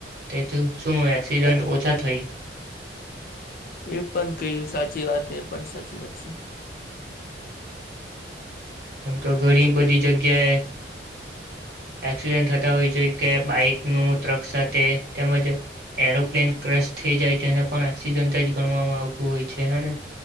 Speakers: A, on the right (about 60°); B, on the left (about 50°).
A: તેથી શું એક્સિડન્ટ ઓછા થય.
B: એ પણ કહ્યું સાચી વાત, એ પણ સાચી વાત છે.
A: આમ તો ઘણી બધી જગ્યાએ એક્સિડન્ટ થતા હોય છે કે બાઈક નું ટ્રક સાથે તેમજ એરોપ્લેન ક્રસ થઈ જાય, તેને પણ એક્સિડન્ટ જ ગણવામાં આવતું હોય છે હેને.